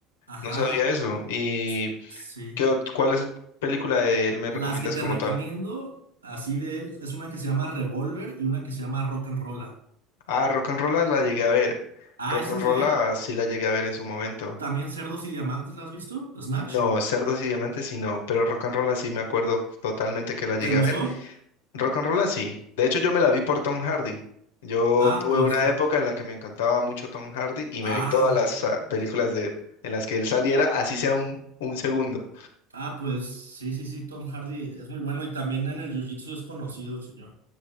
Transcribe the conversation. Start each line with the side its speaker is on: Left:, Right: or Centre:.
Right: Ajá,
Left: No sabía eso. ¿Y
Right: sí.
Left: qué, ot- cuál es película de él me recomiendas
Right: Las que te
Left: como
Right: recomiendo,
Left: tal?
Right: así de él, es una que se llama Revolver y una que se llama Rock and Rolla.
Left: Ah, Rock and Roll la llegué a ver.
Right: Ah,
Left: Rock
Right: esa
Left: and
Right: es
Left: Roll
Right: de él.
Left: sí la llegué a ver en su momento.
Right: También Cerdos y Diamantes, ¿la has visto? ¿Snatch?
Left: No, Cerdos y Diamantes sí no, pero Rock and Roll sí me acuerdo totalmente que la llegué
Right: ¿Te gustó?
Left: a ver. Rock and roll ah, sí. De hecho, yo me la vi por Tom Hardy. Yo
Right: Ah,
Left: tuve
Right: pues
Left: una
Right: sí.
Left: época en la que me encantaba mucho Tom Hardy y
Right: Ah,
Left: me vi todas las ah, películas de él, en las que él saliera, así sea un, un segundo.
Right: ah, pues sí, sí, sí, Tom Hardy es muy bueno y también en el Jiu-Jitsu es conocido el señor.